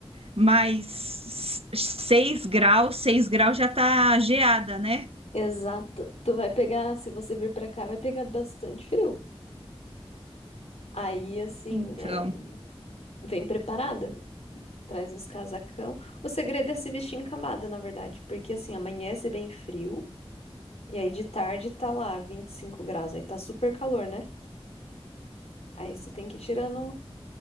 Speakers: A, on the right; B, on the left.
A: mas 6 graus, 6 graus já tá geada, né?
B: Exato. Tu vai pegar, se você vir pra cá, vai pegar bastante frio. Aí, assim,
A: Então,
B: é, vem preparada. Traz uns casacão. O segredo é se vestir em camada, na verdade, porque assim, amanhece bem frio. E aí de tarde tá lá 25 graus, aí tá super calor, né? Aí você tem que ir tirando